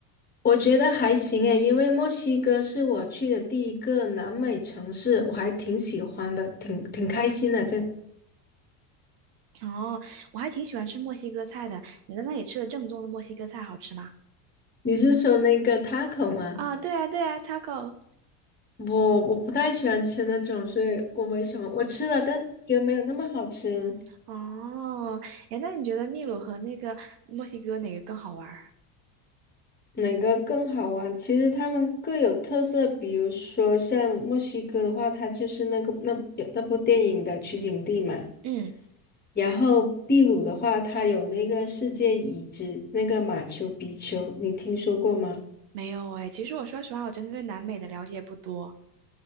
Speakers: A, on the left; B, on the right.
A: 我觉得还行诶，因为墨西哥是我去的第一个南美城市，我还挺喜欢的，挺挺开心的。这
B: 哦，我还挺喜欢吃墨西哥菜的。你在那里吃的正宗的墨西哥菜好吃吗？
A: 你是说那个 taco 吗？
B: 啊，对啊，对啊，taco。
A: 我我不太喜欢吃那种，所以我没什么。我吃了，但是觉得没有那么好吃。
B: 哦，哎，那你觉得秘鲁和那个墨西哥哪个更好玩儿
A: 哪个更好玩？其实他们各有特色，比如说像墨西哥的话，它就是那个那那部电影的取景地嘛。
B: 嗯，
A: 然后秘鲁的话，它有那个世界遗址，那个马丘比丘，你听说过吗？
B: 没有哎。其实我说实话，我真的对南美的了解不多。